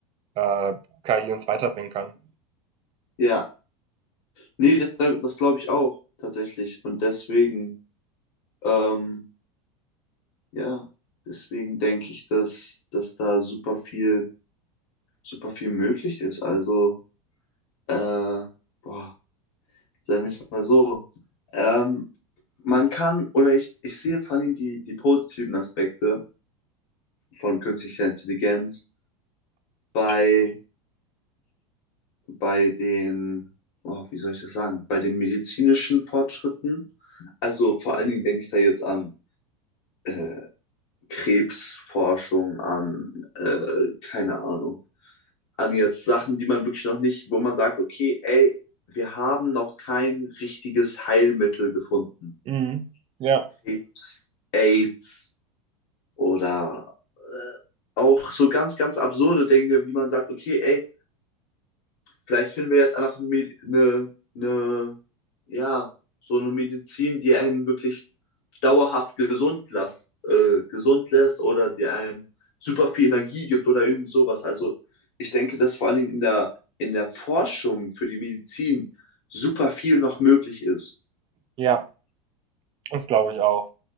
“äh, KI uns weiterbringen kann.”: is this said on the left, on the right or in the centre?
Right